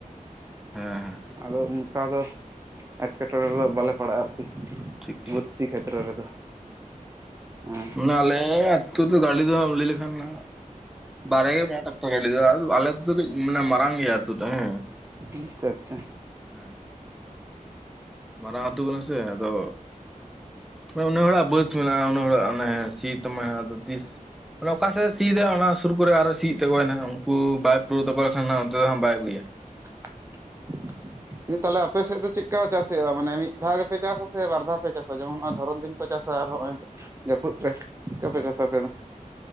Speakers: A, in the centre; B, on the right.
A: ᱦᱮᱸ ᱦᱮᱸ
B: ᱟᱫᱚ ᱚᱱᱠᱟ ᱫᱚ ᱮᱴᱠᱮᱴᱚᱬᱮ ᱨᱮᱫᱚ ᱵᱟᱞᱮ ᱯᱟᱲᱟᱜᱼᱟ ᱟᱨᱠᱤ,
A: ᱴᱷᱤᱠ ᱴᱷᱤᱠ
B: ᱵᱟᱹᱫᱥᱤ ᱠᱷᱮᱛᱨᱚ ᱨᱮᱫᱚ᱾ ᱦᱮᱸ
A: ᱢᱟᱱᱮ ᱟᱞᱮ ᱱᱤᱛᱚᱜ ᱫᱚ ᱜᱟᱹᱰᱤ ᱫᱚ ᱞᱟᱹᱭ ᱞᱮᱠᱷᱟᱱ ᱱᱟᱜ ᱵᱟᱨᱭᱟ ᱜᱮ ᱢᱮᱱᱟᱜ-ᱟ ᱴᱠᱴᱟᱨ ᱜᱟᱹᱰᱤ ᱫᱚ, ᱟᱞᱮ ᱟᱹᱛᱩ ᱫᱚ ᱠᱟᱹᱡ ᱢᱟᱱᱮ ᱢᱟ ᱨᱟᱝ ᱜᱮᱭᱟ ᱟᱹᱛᱩ ᱴᱟᱜ ᱦᱮᱸ᱾
B: ᱟᱪᱪᱷᱟ ᱟᱪᱪᱷᱟ᱾
A: ᱦᱮᱸ ᱢᱟᱨᱟᱝ ᱟᱹᱛᱳ ᱠᱟᱱᱟ ᱥᱮ ᱟᱫᱚ ᱢᱟᱱᱮ ᱩᱱᱟᱹᱜ ᱦᱚᱲᱟᱜ ᱵᱟᱹᱫ ᱢᱮᱱᱟᱜᱼᱟ ᱩᱱᱟᱹᱜ ᱦᱚᱲᱟᱜ ᱚᱱᱮ ᱥᱤᱭ ᱛᱟᱢᱟᱭ ᱟᱫᱚ ᱛᱤᱥ ᱟᱱᱮ ᱚᱠᱟᱥᱮᱫ ᱮ ᱥᱤᱭᱟ ᱚᱱᱟ ᱥᱩᱨ ᱠᱚᱨᱮ ᱟᱨᱚ ᱥᱤᱭᱮᱫ ᱛᱟᱠᱚᱟᱭ ᱦᱟᱜ ᱩᱱᱠᱩ ᱵᱟᱭ ᱯᱩᱨᱟᱹ ᱛᱠᱚ ᱞᱮᱠᱷᱟᱱ ᱚᱱᱛᱮᱦ ᱵᱟᱭ ᱟᱜᱩᱭᱟ
B: <unintelligible> ᱛᱟᱞᱟᱵ ᱟᱯᱮ ᱥᱮᱫ ᱫᱚ ᱪᱮᱫᱠᱟ ᱪᱟᱥ ᱦᱩᱭᱩᱜᱼᱟ ᱢᱟᱱᱮ ᱢᱤᱫ ᱫᱷᱟᱣ ᱜᱮᱯᱮ ᱪᱟᱥᱟ ᱥᱮ ᱵᱟᱨ ᱫᱷᱟᱣ ᱯᱮ ᱪᱟᱥᱟ ᱡᱮᱢᱚᱱ ᱱᱚᱜᱼᱚᱭ ᱫᱷᱚᱨᱚᱢ ᱫᱤᱱ ᱠᱚ ᱪᱟᱥᱟ ᱟᱨ ᱦᱚᱸᱜᱼᱚᱭ ᱡᱟᱹᱯᱩᱫ ᱯᱮ ᱚᱠᱟ ᱯᱮ ᱪᱟᱥᱟ ᱟᱯᱮ ᱫᱚ